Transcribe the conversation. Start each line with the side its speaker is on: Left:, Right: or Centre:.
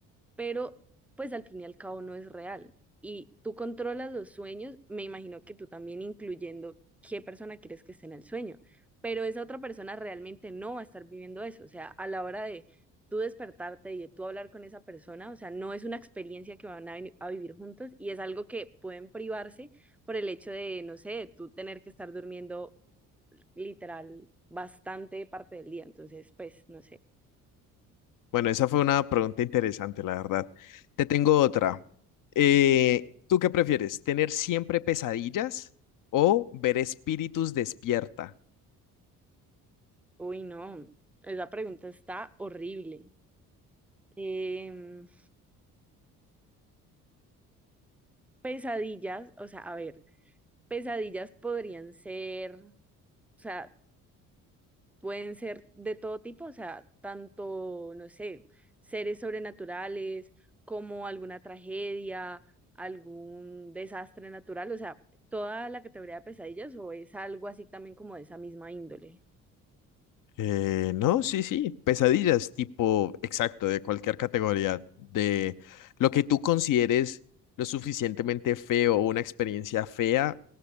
Centre: pero pues al fin y al cabo no es real. Y tú controlas los sueños, me imagino que tú también incluyendo qué persona quieres que esté en el sueño, pero esa otra persona realmente no va a estar viviendo eso, o sea, a la hora de tú despertarte y de tú hablar con esa persona, o sea, no es una experiencia que van a, vi- a vivir juntos y es algo que pueden privarse por el hecho de, no sé, de tú tener que estar durmiendo literal bastante parte del día, entonces, pues, no sé,
Left: Bueno, esa fue una pregunta interesante, la verdad. Te tengo otra. Eh, ¿tú qué prefieres? ¿Tener siempre pesadillas o ver espíritus despierta?
Centre: uy, no, esa pregunta está horrible. Em, pesadillas, o sea, a ver, pesadillas podrían ser, o sea, pueden ser de todo tipo, o sea, tanto, no sé, seres sobrenaturales como alguna tragedia, algún desastre natural, o sea, toda la categoría de pesadillas o es algo así también como de esa misma índole.
Left: Eh, no, sí, sí, pesadillas, tipo, exacto, de cualquier categoría, de lo que tú consideres lo suficientemente feo o una experiencia fea